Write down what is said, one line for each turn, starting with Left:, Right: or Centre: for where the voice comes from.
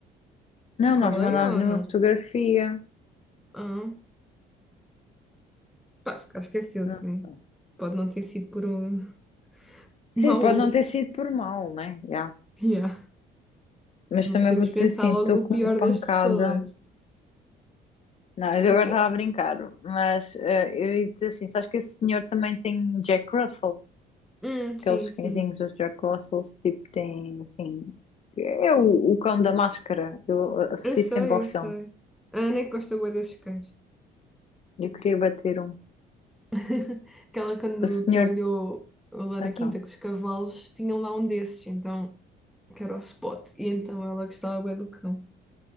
Left: Não,
Centre: com
Left: nós
Centre: a
Left: mandámos-lhe
Centre: Leia ou
Left: uma
Centre: não?
Left: fotografia.
Centre: Ah, pá, se calhar esqueceu-se,
Left: Não sei.
Centre: né? Pode não ter sido por um <laughs> mau.
Left: Sim, pode não ter sido por mal, né? Já.
Centre: Yeah.
Left: Mas
Centre: Não
Left: também
Centre: podemos
Left: vou dizer
Centre: pensar
Left: assim,
Centre: logo
Left: estou
Centre: o
Left: com
Centre: pior
Left: uma pancada.
Centre: das pessoas.
Left: Não, eu
Centre: É o
Left: agora
Centre: quê?
Left: estava a brincar, mas eh, eu ia dizer assim, sabes que esse senhor também tem Jack Russell?
Centre: Hum, sim,
Left: Aqueles cãezinhos,
Centre: sim.
Left: os Jack Russells, tipo, têm, assim... É o, o cão da máscara. Eu associo
Centre: Eu sei,
Left: sempre ao
Centre: eu
Left: filme.
Centre: sei. A Ana é que gosta bué desses cães.
Left: Eu queria bater um.
Centre: <laughs> Que ela, quando
Left: O senhor...
Centre: trabalhou lá na
Left: Então.
Centre: quinta com os cavalos, tinham lá um desses, então, que era o Spot. E então ela gostava bué do cão.